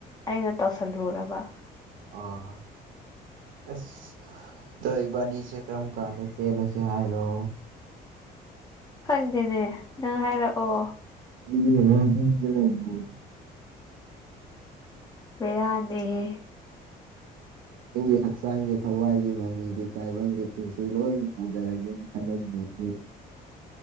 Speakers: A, on the left; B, on the right.
A: ꯑꯩꯅ ꯇꯧ ꯊꯜꯂꯨꯔꯕ
B: ꯑꯥ ꯑꯁ ꯑꯣ ꯏꯕꯥꯅꯤ ꯆꯦ ꯀꯔꯝ ꯀꯥꯟꯗ ꯆꯦꯜꯂꯁꯤ ꯍꯥꯏꯔꯣ
A: ꯐꯪꯗꯦꯅꯦ ꯅꯪ ꯍꯥꯏꯔꯛꯑꯣ
B: ꯑꯩꯒꯤ ꯂꯗꯤ
A: ꯕꯦꯔꯥꯅꯦꯍꯦ
B: ꯑꯩꯒꯤ ꯍꯛꯆꯥꯡꯒꯤ ꯊꯋꯥꯏꯒꯤ ꯃꯃꯤꯒꯤ ꯇꯥꯏꯕꯪꯒꯤ ꯄꯨꯟꯁꯤ ꯂꯣꯏꯅ ꯍꯧꯖꯔꯒꯦꯅꯦ ꯍꯗꯛ <unintelligible>